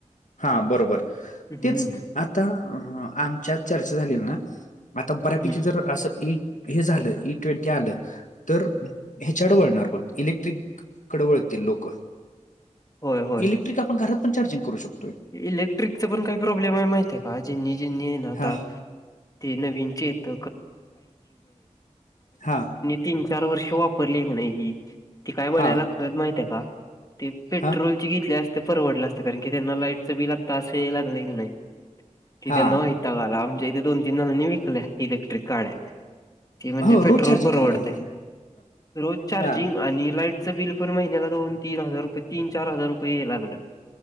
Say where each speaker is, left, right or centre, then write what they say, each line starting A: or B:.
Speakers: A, on the left; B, on the left.
A: हा बरोबर
B: हम्म
A: तेच आता आमच्यात चर्चा झाली ना. आता बऱ्यापैकी
B: हम्म
A: जर असं ए हे झालं इई ट्वेंटी आलं तर ह्याच्याड वळणार बघ इलेक्ट्रिक कडवळतील लोक
B: होय होय
A: इलेक्ट्रिक आपण घरात पण चार्जिंग करू शकतो.
B: इलेक्ट्रिकचा पण काही प्रॉब्लेम आहे माहिितय का जिनी जिनी आहे ना आता.
A: हां,
B: ते नवीनचे येत
A: हां,
B: तीन चार वर्ष वापरली की नाही ती काय बनायला
A: हां,
B: लागतं माहिती का ते पेट्रोलची
A: हां,
B: घेतले असते परवडलं असत कारण की त्यांना लाईटचं बिल असे यायला लागले की नाही. तिथे
A: हां.
B: नता काला आमच्या इथे दोन तीन जणांनी विकल्या इलेक्ट्रिक गाड्या. ते म्हणजे
A: हो,
B: पेट्रोल
A: रोज चार्जिंग
B: परवडते
A: करायला लागणार ना.
B: <unintelligible> रोज चार्जिंग
A: हां,
B: आणि लाईट बिल महिन्याला दोन तीन हजार रुपये तीन चार हजार रुपये लागल